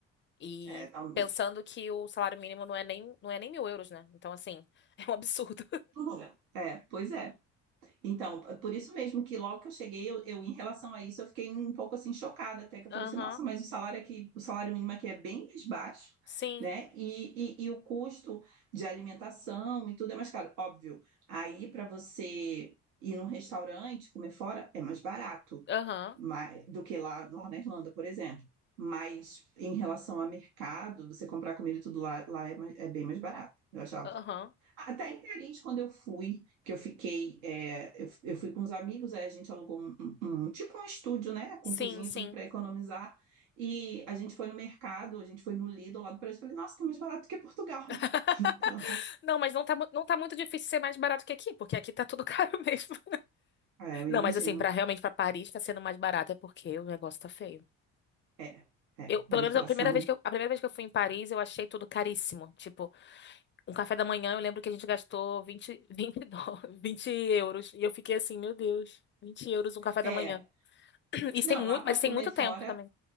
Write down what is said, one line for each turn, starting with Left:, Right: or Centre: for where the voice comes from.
Left: E
Right: é, não-
Left: pensando que o salário mínimo não é nem, não é nem mil euros, né? Então, assim, <laughs> é um absurdo.
Right: tudo bem. É, pois é. Então, por isso mesmo que logo que eu cheguei, eu, eu, em relação a isso, eu fiquei um pouco assim chocada, até que eu
Left: Aham.
Right: falei assim, nossa, mas o salário aqui, o salário mínimo aqui é bem mais baixo,
Left: Sim.
Right: né? E, e, e o custo de alimentação e tudo é mais caro. Óbvio, aí para você ir num restaurante, comer fora, é mais barato
Left: Aham.
Right: mais, do que lá na Irlanda, por exemplo. Mas em relação a mercado, você comprar comida e tudo lá, lá é, mais- é bem mais barato. Eu achava,
Left: Aham.
Right: até em Tarente, quando eu fui, que eu fiquei, é, eu, eu fui com os amigos, aí a gente alugou um, um- um- tipo um estúdio, né, com
Left: Sim,
Right: cozinha
Left: sim.
Right: e tudo para economizar. E a gente foi no mercado, a gente foi no Lidl lá do Brasil, falei, nossa, tá mais barato que Portugal.
Left: <laughs>
Right: <laughs> Então,
Left: Não, mas não tá, mu- não tá muito difícil ser mais barato que aqui, porque aqui tá tudo caro <laughs> mesmo.
Right: é, eu
Left: Não,
Right: imagino.
Left: mas assim, pra realmente pra Paris tá sendo mais barato é porque o negócio tá feio.
Right: É, é,
Left: Eu, pelo
Right: a inflação.
Left: menos a primeira vez
Right: né?
Left: que eu, a primeira vez que eu fui em Paris, eu achei tudo caríssimo. Tipo, um café da manhã, eu lembro que a gente gastou vinte, <laughs> 20, dólares, 20 euros. E eu fiquei assim, meu Deus, 20 euros um café da
Right: É,
Left: manhã. <clears throat> Isso
Right: não,
Left: tem muito,
Right: lá para
Left: mas tem
Right: comer
Left: muito
Right: fora
Left: tempo também.